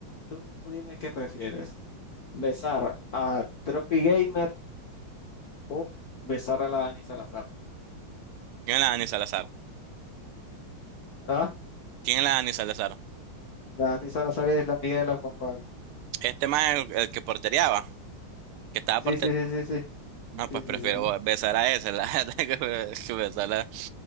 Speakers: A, on the left; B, on the right.
A: Tú dime qué prefieres. besar a Tropi Gamer o besar a la Dani Salazar.
B: Yo la Dani
A: <laughs>
B: Salazar.
A: ¿Ah?
B: ¿Quién es la Dani Salazar?
A: La Dani Salazar es la amiga de la Juan Pablo.
B: Este más el, el que portereaba, que estaba
A: Sí,
B: porter.
A: sí, sí, sí, sí.
B: Ah, pues
A: Sí, sí,
B: prefiero
A: sí. sí.
B: besar a ese, la <laughs> verdad, que be- que besar a,